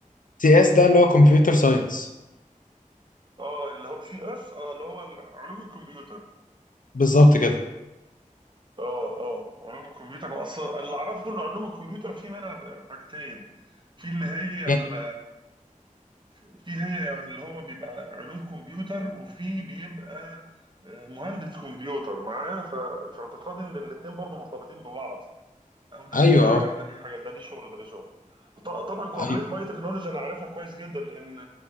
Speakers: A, on the left (about 75°); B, on the right (about 35°).
A: سي اس ده اللي هو كمبيوتر ساينس
B: اه اللي هو سي اس اه اللي هو علوم الكمبيوتر
A: بالظبط كده
B: اه اه علوم الكمبيوتر اصلا اللي اعرفه ان علوم الكمبيوتر في منها حاجتين في اللي هي
A: يعني
B: ال... في هي يعني اللي هو بيبقى علوم كمبيوتر وفي بيبقى آه، مهندس كمبيوتر معايا ف... في اعتقاد ان الاتنين برضو مرتبطين ببعض او ده
A: ايوه
B: ليه حاجه
A: اه
B: وده ليه حاجه ده ليه شغل وده ليه شغل ط- طبعا كليه
A: ايوه
B: باي تكنولوجي انا عارفها كويس جدا لان